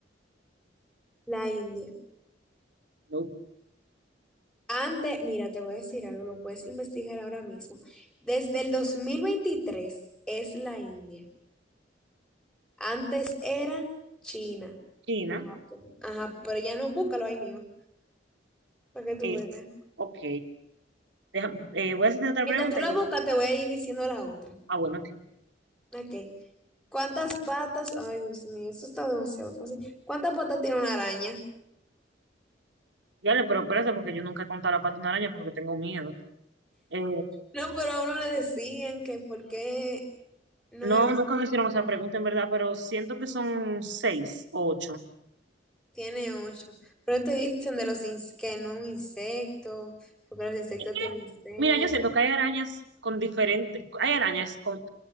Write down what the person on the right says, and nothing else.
No,
China.
Es,
ok. Deja- eh, voy a hacer otra
pregunta.
Ah, bueno, ok.
Ya le, pero espérate, porque yo nunca he contado la pata de una araña porque tengo miedo. Eh,
no,
nunca me
hicieron esa pregunta, en verdad, pero siento que son seis o ocho.
Es que,
mira, yo siento que hay arañas con diferentes, hay arañas con,